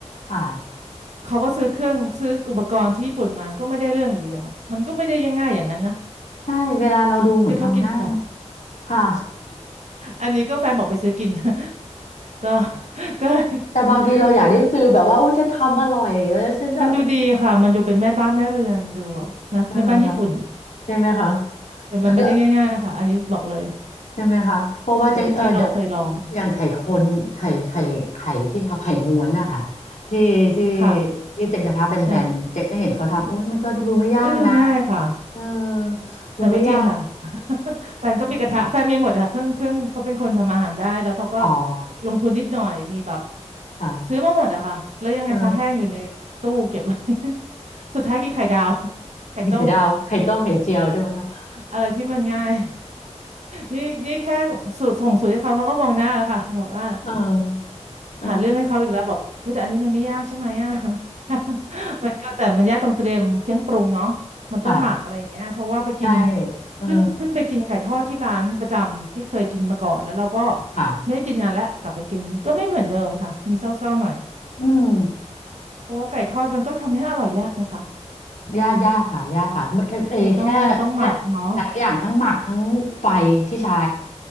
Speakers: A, on the left; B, on the right.
A: ค่ะ
B: เขาก็ซื้อเครื่องซื้ออุปกรณ์ที่ญี่ปุ่นมาก็ไม่ได้เรื่องอยู่ดีอะค่ะมันก็ไม่ได้ยังง่ายอย่างนั้นนะ
A: ใช่เวลาเราดูเหมือนทำง่ายเนอะ
B: คือเขากินค่ะ
A: ค่ะ
B: อันนี้ก็แฟนบอกไปซื้อกิน <laughs> ก็ก็เลย
A: แต่บางทีเราอยากได้ฟิลแบบว่าอุ้ยฉันทำอร่อยแล้วฉันจะ
B: ก็เลยมันดูดีค่ะมันดูเป็นแม่บ้านแม่เรือนดูแบบนะแม่บ้านญี่ปุ่น
A: ใช่ไหมคะใช่ไหมคะ
B: แต่มันไม่ได้ง่ายๆนะคะอันนี้บอกเลย
A: แล้วใช่ไหมคะเพราะว่าจังเอออย่าง
B: หลังจากที่เราเคยลอง
A: อย่างไข่คนไข่ไข่ไข่ที่เขาไข่ม้วนนะคะที่ที่
B: ค่ะ
A: ที่เป็นกระทะแบนๆเจ๊ก็เห็นเขาทำอุ้ยมันก็ดูไม่ยากนะ
B: ใช่เอ้ยดูง่ายค่ะ
A: เออดูไม่ยาก
B: แต่ไม่จริงค่ะแฟนก็มีกระทะแฟนมีหมดค่ะเครื่องเครื่องเขาเป็นคนทำอาหารได้แล้วเขาก็
A: <laughs> อ๋อ
B: ลงทุนนิดหน่อยมีแบบ
A: ค่ะ
B: ซื้อมาหมดอะค่ะแล้วยังไงคะแห้งอยู่ในตู้เก็บไว้
A: เออ
B: <laughs> สุดท้ายกินไข่ดาวไข่ต้ม
A: มีไข่ดาวไข่ต้มไข่เจียวใช่ไหมคะ
B: อะไรที่มันง่าย นี่นี่แค่สูตรส่งสูตรให้เขาเขาก็มองหน้าแล้วค่ะแบบว่า
A: <laughs> เออเออ
B: หาเรื่องให้เขาอีกแล้วบอกเฮ้ยแต่อันนี้มันไม่ยากใช่ไหมอ่ะ <laughs> มันไม่ยากมันก็แต่มันยากตรงเตรียมเครื่องปรุงเนาะมันต้องหมักอะไรอย่างเงี้ยเพราะว่าไปกิน
A: <laughs> ค่ะ ใช่เออ
B: เพิ่งเพิ่งไปกินไก่ทอดที่ร้านประจำที่เคยกินมาก่อนแล้วเราก็
A: ค่ะ
B: ไม่ได้กินนานแล้วกลับไปกินก็ไม่เหมือนเดิมค่ะมีเศร้าๆหน่อย
A: อืม
B: เพราะว่าไก่ทอดมันก็ทำให้อร่อยยากนะคะ
A: ยากยากค่ะยากค่ะ มันแค่เอแค่แค่หลายอย่างทั้งหมักทั้งไฟที่ใช้
B: มันต้องมันต้องหมักเนาะ